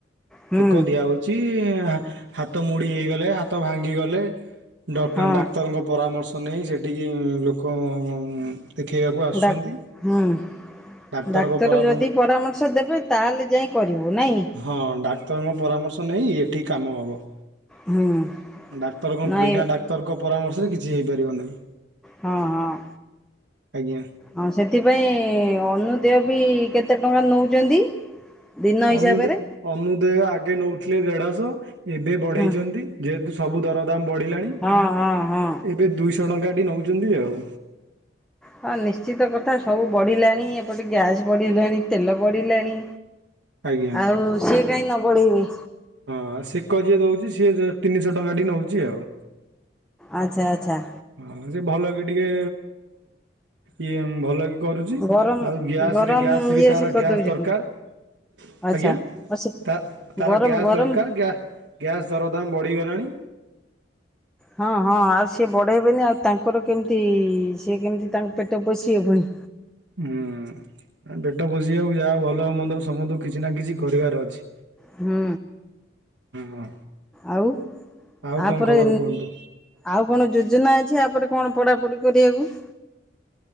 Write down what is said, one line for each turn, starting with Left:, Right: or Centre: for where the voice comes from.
Centre: ହୁଁ
Right: ସେକ ଦିଆ ହଉଛି। ହାତ ମୁଡ଼ି ହେଇଗଲେ ହାତ ଭାଙ୍ଗିଗଲେ ଡ
Centre: ହଁ
Right: ଡାକ୍ତରଙ୍କ ପରାମର୍ଶ ତ ନେଇ ସେଠିକି ଲୋକ ଦେଖେଇବାକୁ ଆସୁଛନ୍ତି
Centre: ଡା ହୁଁ।
Right: ଡାକ୍ତରଙ୍କ
Centre: ଡାକ୍ତର
Right: ପରାମର୍ଶ
Centre: ଯଦି ପରାମର୍ଶ ଦେବେ ତା ହେଲେ ଯାଇ କରିବୁ ନାଇଁ।
Right: ହଁ ଡାକ୍ତରଙ୍କ ପରାମର୍ଶ ନେଇ ଏଠି କାମ ହବ।
Centre: ହୁଁ।
Right: ଡାକ୍ତରଙ୍କ
Centre: ନାଇଁ
Right: ବିନା ଡାକ୍ତରଙ୍କ ପରାମର୍ଶରେ କିଛି ହେଇପାରିବ ନାହିଁ।
Centre: ହଁ ହଁ।
Right: ଆଜ୍ଞା।
Centre: ହଁ ସେଥିପାଇଁ ଅନୁଦେୟ ବି କେତେ ଟଙ୍କା ନଉଛନ୍ତି? ଦିନ ହିସାବରେ
Right: ଅନୁ ଅନୁଦୟ ଆଗେ ନଉଥିଲେ ଦେଢଶହ ଏବେ ବଢେଇଛନ୍ତି।
Centre: ହଁ
Right: ଯେହେତୁ ସବୁ ଦରଦାମ ବଢ଼ିଲାଣି।
Centre: ହଁ ହଁ ହଁ।
Right: ଏବେ ଦୁଇଶହ ଟଙ୍କାଟି ନଉଛନ୍ତି ଆଉ।
Centre: ହଁ ନିଶ୍ଚିତ କଥା ସବୁ ବଢ଼ିଲାଣି ଏପଟେ ଗ୍ୟାସ୍ ବଢ଼ିଲାଣି ତେଲ ବଢ଼ିଲାଣି।
Right: ଆଜ୍ଞା।
Centre: ଆଉ ସିଏ କାହିଁ ନ ବଢେଇବେ।
Right: ହଁ ସେକ ଯିଏ ଦଉଛି ସିଏ ତିନିଶହ ଟଙ୍କାଟି ନଉଛି ଆଉ।
Centre: ଆଚ୍ଛା ଆଚ୍ଛା।
Right: ହଁ ଯେ ଭଲ କି ଟିକେ ଇଏ ଭଲ କି କରୁଛି
Centre: ଗରମ
Right: ଆଉ ଗ୍ୟାସରେ
Centre: ଗରମ
Right: ଗ୍ୟାସ୍ ବି
Centre: ଇଏ
Right: ତାର
Centre: ସେ କରିଦଉଛନ୍ତି।
Right: ଗ୍ୟାସ୍ ଦରକାର।
Centre: ଆଚ୍ଛା
Right: ଆଜ୍ଞା
Centre: ଅ ସେ
Right: ତା ତାର
Centre: ଗରମ
Right: ଗ୍ୟାସ୍
Centre: ଗରମ
Right: ଦରକାର ଗ୍ୟା ଗ୍ୟାସ୍ ଦରଦାମ୍ ବଢ଼ିଗଲାଣି।
Centre: ହଁ ହଁ ଆଉ ସିଏ ବଢ଼େଇବେନି ଆଉ ତାଙ୍କର କେମିତି ସିଏ କେମିତି ତାଙ୍କ ପେଟ ପୋଷିିବେ ପୁଣି।
Right: ହୁଁ। ପେଟ ପୋଷିବାକୁ ଯାହା ହଉ ଭଲ ହଉ ମନ୍ଦ ସମସ୍ତଙ୍କୁ କିଛି ନା କିଛି କରିବାର ଅଛି।
Centre: ହୁଁ,
Right: ହଁ
Centre: ଆଉ
Right: ଆଉ କଣ
Centre: ଆପରେ
Right: ଖବର କୁହନ୍ତୁ?
Centre: ଆଉ କଣ ଯୋଜନା ଅଛି ଆପରେ କଣ ପଢାପଢି କରିବାକୁ?